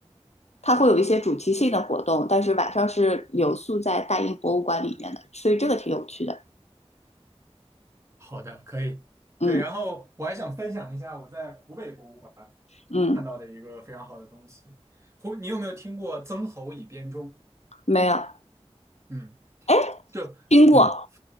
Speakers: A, on the left; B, on the right.
A: 它会有一些主题性的活动，但是晚上是留宿在大英博物馆里面的，所以这个挺有趣的。
B: 好的，可以。
A: 嗯
B: 对，然后我还想分享一下我在湖北博物馆
A: 嗯，
B: 看到的一个非常好的东西。湖，你有没有听过曾侯乙编钟？
A: 没有，
B: 嗯，
A: 哎，
B: 就嗯。
A: 听过，